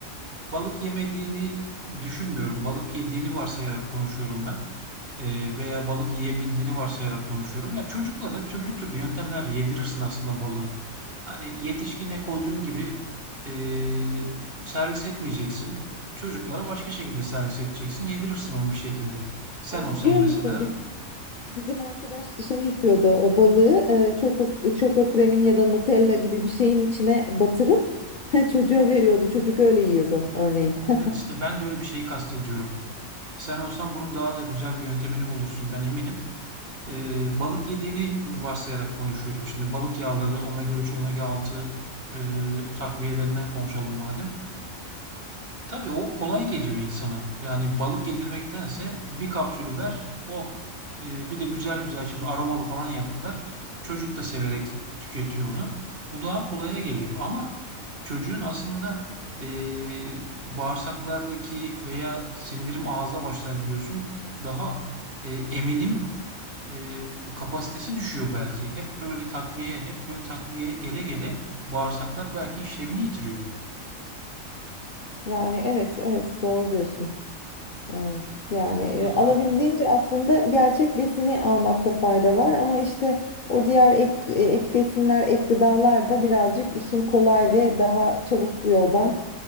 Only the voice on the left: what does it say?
Ay,
Biliyor
musun biz, bizim arkadaş şey yapıyordu o balığı e, çoko, çoko kremin ya da Nutella gibi bir şeyin içine batırıp <laughs> çocuğa veriyordu. Çocuk öyle yiyordu örneğin. <laughs>
Yani evet evet doğru diyorsun. Ee, yani e,
alabildiğince aslında gerçek besini almakta fayda var ama işte o diğer ek, e, ek besinler, ek gıdalar da birazcık işin kolay ve daha çabuk yoldan